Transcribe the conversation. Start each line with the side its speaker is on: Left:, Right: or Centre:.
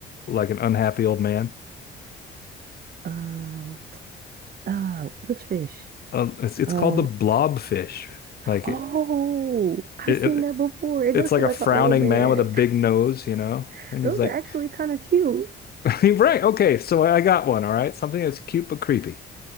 Left: like an unhappy old man?
Right: Um, uh, which fish?
Left: Uh, it's it's
Right: Um,
Left: called the blobfish. Like
Right: oh,
Left: it,
Right: I've
Left: it,
Right: seen
Left: it
Right: that before. It
Left: it's
Right: does
Left: like
Right: look
Left: a
Right: like
Left: frowning
Right: an old man.
Left: man with a big nose, you know?
Right: <laughs>
Left: And
Right: Those
Left: he's like
Right: are actually kind of cute.
Left: <laughs> Right. Okay. So I got one. All right. Something that's cute but creepy.